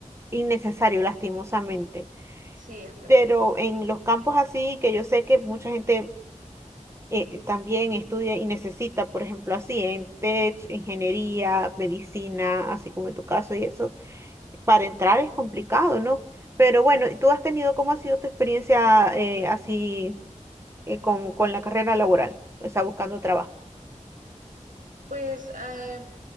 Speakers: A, on the right (about 20°); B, on the right (about 85°).
A: innecesario, lastimosamente,
B: Sí, es verdad.
A: pero en los campos así, que yo sé que mucha gente... eh, también estudia y necesita, por ejemplo, así en tech, ingeniería, medicina, así como en tu caso y eso, para entrar es complicado, ¿no? Pero bueno, ¿tú has tenido, cómo ha sido tu experiencia eh, así eh, con, con la carrera laboral? O sea, buscando trabajo.
B: Pues eh,